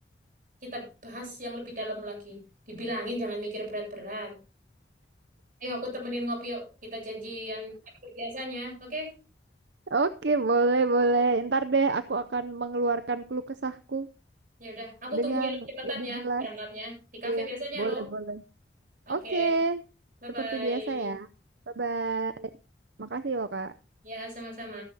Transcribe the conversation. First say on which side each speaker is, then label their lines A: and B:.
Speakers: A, on the right; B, on the right.
A: kita bahas yang lebih dalam lagi. Dibilangin jangan mikir berat-berat. Ayo aku temenin ngopi yuk. Kita janjian kayak biasanya, oke?
B: oke boleh boleh ntar deh aku akan mengeluarkan keluh kesahku
A: Ya udah, aku
B: dengan
A: tunggu ya cepetan
B: lebih
A: ya
B: jelas
A: berangkatnya di kafe
B: iya
A: biasanya
B: boleh
A: loh.
B: boleh
A: Oke,
B: oke
A: bye
B: seperti
A: bye.
B: biasa ya bye bye makasih loh kak
A: Ya, sama-sama.